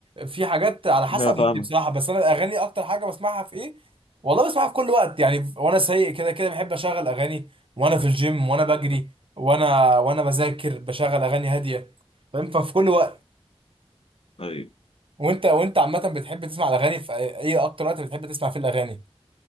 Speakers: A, on the right (about 55°); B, on the left (about 65°).
A: في حاجات على حسب
B: لا فاهمك
A: مودي بصراحه بس انا الاغاني اكتر حاجه بسمعها في ايه والله بسمعها في كل وقت يعني وانا سايق كده كده بحب اشغل اغاني وانا في الجيم وانا بجري وانا وانا بذاكر بشغل اغاني هاديه فاهم ففي كل وقت
B: طيب
A: وانت وانت عامه بتحب تسمع الاغاني في ايه اكتر وقت بتحب تسمع فيه الاغاني